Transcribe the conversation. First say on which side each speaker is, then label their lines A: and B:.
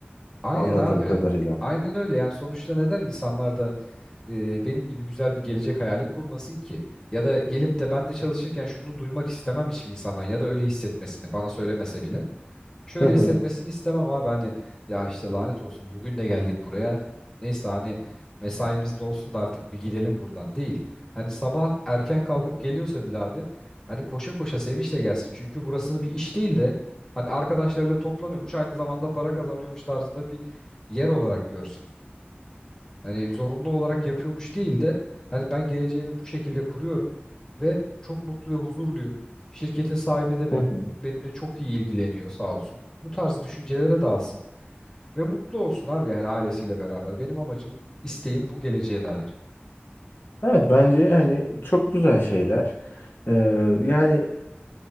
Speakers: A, on the left (about 15°); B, on the left (about 60°).
A: Aynen
B: Anladığım
A: abi.
B: kadarıyla.
A: Aynen öyle. Yani sonuçta neden insanlar da e, benim gibi güzel bir gelecek hayali kurmasın ki? Ya da gelip de ben de çalışırken şunu duymak istemem hiçbir insandan ya da öyle hissetmesini bana söylemese bile. şöyle
B: Hı hı,
A: hissetmesini istemem abi hani ya işte lanet olsun bugün de geldik buraya. Neyse hani mesaimiz dolsun da artık bir gidelim buradan değil. Hani sabah erken kalkıp geliyorsa bile abi hani koşa koşa sevinçle gelsin. Çünkü burasını bir iş değil de hani arkadaşlarıyla toplanıyormuş aynı zamanda para kazanıyormuş tarzında bir yer olarak görsün. Hani zorunlu olarak yapıyormuş değil de hani ben geleceğimi bu şekilde kuruyorum ve çok mutlu ve huzurluyum. Şirketin sahibi de benim,
B: hı hı.
A: benimle çok iyi ilgileniyor sağ olsun. Bu tarz düşüncelere dalsın ve mutlu olsun abi yani ailesiyle beraber. Benim amacım, isteğim bu geleceğe dair.
B: Evet bence hani çok güzel şeyler. Ee, yani